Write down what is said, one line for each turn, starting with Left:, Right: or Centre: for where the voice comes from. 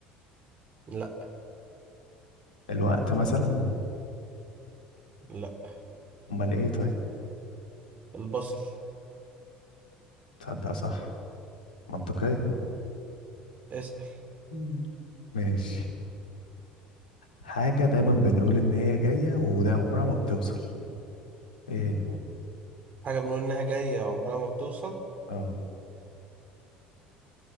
Right: لا
Left: الوقت مثلا
Right: لا
Left: امال ايه طيب
Right: البصل
Left: تصدق صح منطقية
Right: اسأل
Left: مم. ماشي حاجة دايما بنقول ان هي جاية وده عمرها ما بتوصل ايه هي
Right: حاجة بنقول إنها جاية عمرها ما بتوصل
Left: اه